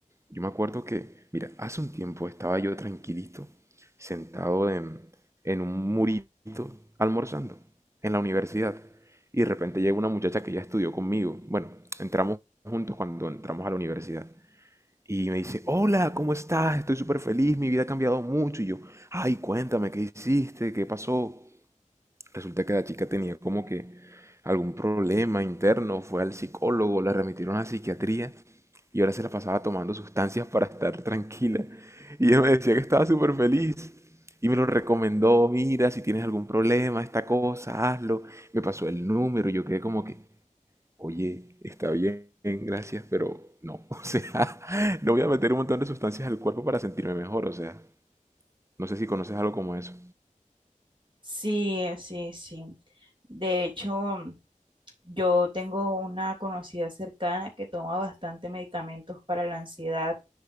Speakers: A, on the right (about 20°); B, on the right (about 35°).
A: Yo me acuerdo que, mira, hace un tiempo estaba yo tranquilito, sentado en, en un murito, almorzando, en la universidad, y de repente llega una muchacha que ya estudió conmigo. Bueno, entramos juntos cuando entramos a la universidad. Y me dice, hola, ¿cómo estás? Estoy súper feliz, mi vida ha cambiado mucho. Y yo, ay, cuéntame, ¿qué hiciste? ¿Qué pasó? Resulta que la chica tenía como que algún problema interno, fue al psicólogo, la remitieron a la psiquiatría y ahora se la pasaba tomando sustancias para estar tranquila. Y ella me decía que estaba súper feliz. Y me lo recomendó, mira, si tienes algún problema, esta cosa, hazlo. Me pasó el número, yo quedé como que, Oye, está bien, gracias, pero no. <laughs> O sea, no voy a meter un montón de sustancias al cuerpo para sentirme mejor. O sea, no sé si conoces algo como eso.
B: Sí, eh, sí, sí. De hecho, yo tengo una conocida cercana que toma bastante medicamentos para la ansiedad.